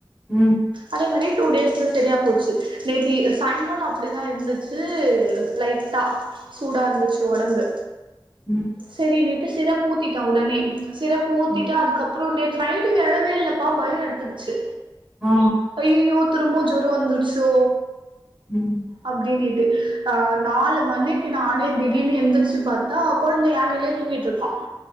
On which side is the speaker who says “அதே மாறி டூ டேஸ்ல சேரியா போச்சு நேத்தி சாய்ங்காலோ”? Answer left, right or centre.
Right